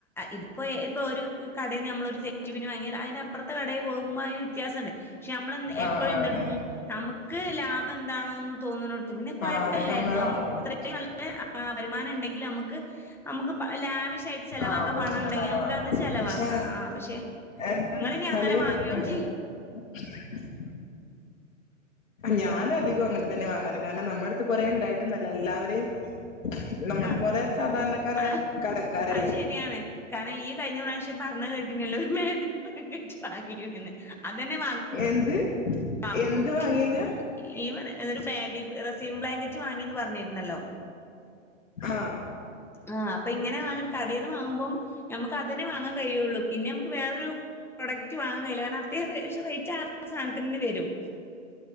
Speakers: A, in the centre; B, on the left.
A: ഇപ്പോ ഇപ്പൊ ഒരു കടെന്ന് ഞമ്മള് ഒരു സേറ്റിവെന് വാങ്ങിയാൽ അയ്ന് അപ്പുറത്തെ കടയി പോകുമ്പ അയ്ന് വ്യത്യാസണ്ട് ക്ഷെ നമ്മൾ എ
B: ആഹ്
A: എപ്പോഴും
B: ആഹ്
A: എന്തെടുക്കും
B: അതെ
A: നമുക്ക് ലാഭം എന്താണോെന്ന് തോന്നണ പിന്നെ കുഴപ്പമല്ലായിരുന്നു
B: ആഹ് അതെ നമ്മളെ
A: നമ്മൾക്കു
B: വാങ്ങുള്ളൂ
A: അല്ല വരുമാനംണ്ടെങ്കില് നമുക്ക് നമുക്ക്ലാമിസ് ട്ട് ചെിലവാക്കാൻ
B: ആഹ് പ്രശ്നല്ലാതെ
A: പണണ്ടെങ്കിൽ നമുക്ക
B: വാങ്ങാം
A: അത് ചെലവാക്കാം
B: പക്ഷെ
A: ആ പക്ഷെ.
B: എന്താന്ന്
A: ങ്ങള്നി
B: വെച്ചാല്
A: അങ്ങനെ വാങ്ങോണ്ടി
B: ഏഹ് <inaudible> ഞാന അധികം അങ്ങനെ തന്നെ വാങ്ങാറ് കാരണം നമ്മുടെ അടുത്ത് കൊറെ ഉണ്ടായിട്ടന്നല്ല എല്ലാവരെയും നമ്മളെ
A: ആഹ്
B: പോലെ സാധാരണക്കാരായ
A: ആ
B: കടക്കാരല്ലേ
A: അത് ശരിയാണ്. കാരണം ഇയ്യ് കഴിഞ്ഞ പ്രാവശ്യം പറഞ്ഞ കേട്ടില്ലോ മേ കെട്ടി വാങ്ങിന്ന് അതന്നെ നെ
B: എന്ത്
A: വാങ്ങുമ്പോ
B: എന്ത് വാങ്ങീന്ന്
A: <unintelligible> ഈ ഇതൊരു ബാബി റെസീം ബ്ലാങ്കറ്റ് വാങ്ങിന്ന് പറഞ്ഞിരുന്നല്ലോ
B: ആഹ
A: ആഹ് അപ്പ ഇങ്ങനെ വാ കടയിൽന്ന് വാങ്ങുമ്പം നമുക്ക് അത് തന്നെ വാങ്ങാൻ കഴിയുള്ളു പിന്നെ നമുക്ക് വേറൊരു പ്രൊഡക്റ്റ് വാങ്ങാൻ കഴയില്ല. കാരണം അത്യാംക്ഷ റേറ്റ് ആറ് സധനത്തിന്ന്നെ വരും